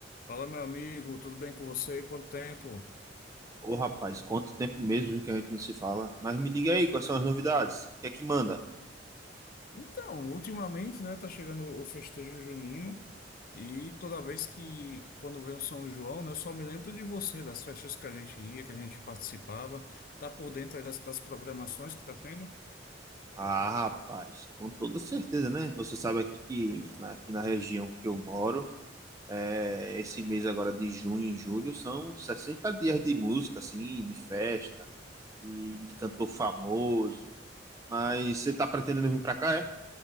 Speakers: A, on the left; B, on the right.
A: Fala, meu amigo, tudo bem com você? Quanto tempo?
B: Ô, rapaz, quanto tempo mesmo viu, que a gente não se fala. Mas me diga aí, quais são as novidades? O que é que manda?
A: Então, ultimamente, né, tá chegando o festejo junino e toda vez que, quando vem o São João, né, eu só me lembro de você, das festas que a gente ia, que a gente participava. Tá por dentro aí das, das programações que tá tendo?
B: Ah, rapaz, com toda certeza, né? Você sabe aqui que na, aqui na região que eu moro, é, esse mês agora de junho e julho são 60 dias de música, assim, de festa e de cantor famoso. Mas você tá pretendendo vir pra cá, é?